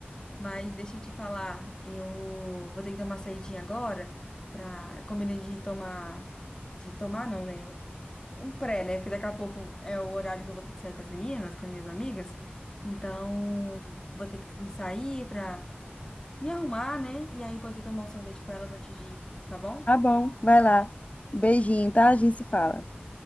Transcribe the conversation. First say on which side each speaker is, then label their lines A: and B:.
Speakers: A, on the left; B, on the left.
A: Mas deixa eu te falar, eu vou ter que dar uma saidinha agora para combinei de tomar, de tomar não, né? Um pré, né? Porque daqui a pouco é o horário que eu vou ter que sair com as meninas, com as minhas amigas. Então, vou ter que me sair para me arrumar, né? E aí poder tomar um sorvete com elas antes de ir, tá bom?
B: Tá bom, vai lá. Beijinho, tá? A gente se fala.